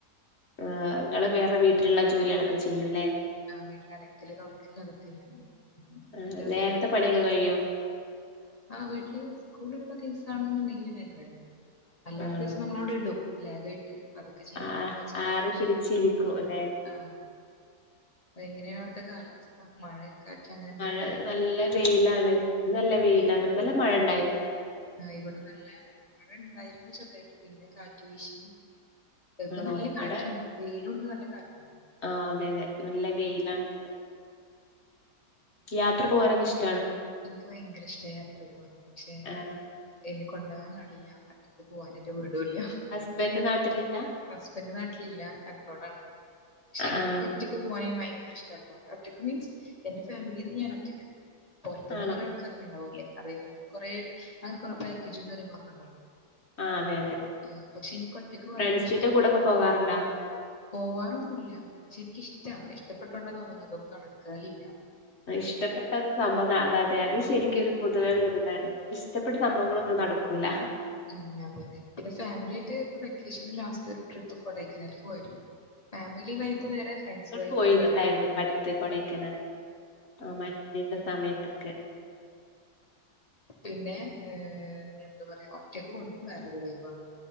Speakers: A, on the left (about 45°); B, on the left (about 30°).
A: നിങ്ങൾ വേറെ വീട്ടിലുള്ള ജോലികളൊക്കെ ചെയ്യും അല്ലേ
B: ആ വീട്ടിൽ അലക്കൽ തുടക്കൽ അതൊക്കെ ഞാൻ
A: ആഹ്
B: എന്താണ്
A: നേരത്തെ
B: നിങ്ങൾ വീട്ടിൻ്റെ
A: പണിയൊക്കെ കഴിയോ
B: ആ വീട്ടിൽ സ്കൂൾ ഉള്ള ദിവസം ആണെങ്കിൽ വേഗം കഴിയും അല്ലാത്ത
A: ആണോ
B: ദിവസം നമ്മൾ അവിടെ ഇടും ലാഖായിട്ട് പതുക്കെ ചെയ്യാം
A: ആഹ്
B: പതുക്കെ ചെയ്യാം
A: ആറി പിടിച്ചിരിക്കും
B: <inaudible>
A: അല്ലെ
B: <inaudible> ആ എങ്ങനെയാണ് അവിടുത്തെ കാലാവസ്ഥ മഴ കാറ്റ് അങ്ങനെ എന്തെലും
A: മഴ
B: ഒക്കെ ഉണ്ടോ
A: നല്ല വെയിലാണ് നല്ല വെയിലാണ്
B: ഉം.
A: ഇന്നലെ മഴ ഉണ്ടായിരുന്നു
B: ആ ഇവിടെ നല്ല ഇവിടെ ഉണ്ടായിരുന്നു ചെറുതായിട്ട് പിന്നെ കാറ്റ് വീശി ഇപ്പൊ
A: ആണോ
B: നല്ല
A: ഇവിടെ
B: കാറ്റുണ്ട് വെയിലുണ്ട് നല്ല കാറ്റുണ്ട്
A: ആഹ് അതെ അതെ നല്ല വെയിലാണ് ഇപ്പെ യാത്ര പോകാനൊക്കെ ഇഷ്ടം
B: എനിക്ക് ഭയങ്കര ഇഷ്ട യാത്ര പോവാൻ പക്ഷെ
A: ആണോ
B: എന്നെ കൊണ്ടുപോകാൻ ആളില്ല മറ്റ പോവാനായിട്ട് വീടുമില്ല
A: ഹസ്ബൻഡ് നാട്ടിലില്ല
B: ഹസ്ബൻഡ് നാട്ടിലില്ല അബ്രോഡ് ആണ് പക്ഷെ
A: ആഹ്
B: എനിക്ക് ഒറ്റൊക്കെ പോവാനേ ഭയങ്ക ഭയങ്കര ഇഷ്ടാട്ടോ ഒറ്റക്ക് മീൻസ് എന്റെ ഫാമിലി നിന്ന് ഞാൻ ഒറ്റക്ക് പുറത്തു നിന്ന്
A: ആണോ
B: കൊറെ ആൾക്കാരൊക്കെ ഉണ്ടാവൂല്ലേ അതായത് കൊറേ അങ്ങനെ കൊറെേ പാക്കേജും കാര്യങ്ങളൊക്കെ ഉണ്ടല്ലോ
A: ആഹ് അതെ അതെ
B: ആ പക്ഷെ എനിക്ക് ഒറ്റക്ക് പോകാനാ
A: ഫ്രണ്ട്സിന്റെ
B: എനിക്കിഷ്ടം
A: കൂടെക്കെ പോകാറുണ്ടോ
B: പോവാറൊന്നുമില്ല പക്ഷെ എനിക്കിഷ്ട ഇഷ്ടപ്പെട്ടോണ്ട തോന്നുന്നു അതൊന്നും നടക്കലില്ല
A: ഇഷ്ടപ്പെട്ടത് സംഭവം അതെ അതെ ശരിക്കും ഒരു പൊതുവെ ഉള്ള ഇതാണ് നമുക്ക് ഇഷ്ടപ്പെട്ട സംഭവങ്ങളൊന്നും നടക്കൂല
B: ഉം അതെ പിന്നെ ഫാമിലി ആയിട്ട് ഇപ്പ വെക്കേഷൻ ലാസ്റ്റ് ഒരു ട്രിപ്പ് കൊടൈക്കനാൽക്ക് പോയിരുന്നു ഫാമിലി വൈബ് വേറെ ഫ്രണ്ട്സ്
A: <inaudible>
B: വൈബ്
A: പോയിട്ടണ്ടായിരുന്നു
B: വേറെ
A: പണ്ട് കൊടയ്ക്കനാൽക്ക് ആ മഞ്ഞിന്റെ സമയത്തെ
B: പിന്നെ ഏ എന്താ പറയാ ഒറ്റയ്ക്ക് പോണതും വേറൊരു വൈബാണ്